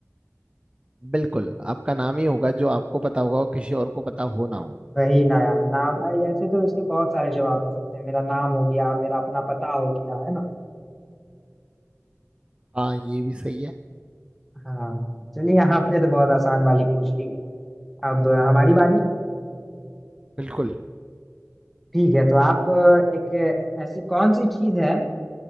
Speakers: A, on the right; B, in the centre.
A: बिल्कुल आपका नाम ही होगा जो आपको पता होगा और किसी और को पता हो ना हो
B: वही ना यार नाम अ, ऐसे तो इसके बहुत सारे जवाब हो सकते हैं मेरा नाम हो गया मेरा अपना पता हो गया है ना
A: हाँ ये भी सही है
B: हाँ चलिए यहाँ आपने तो बहुत आसान वाली पूछ ली अब हमारी बारी
A: बिल्कुल
B: ठीक है तो आप अ, एक ऐसी कौन सी चीज है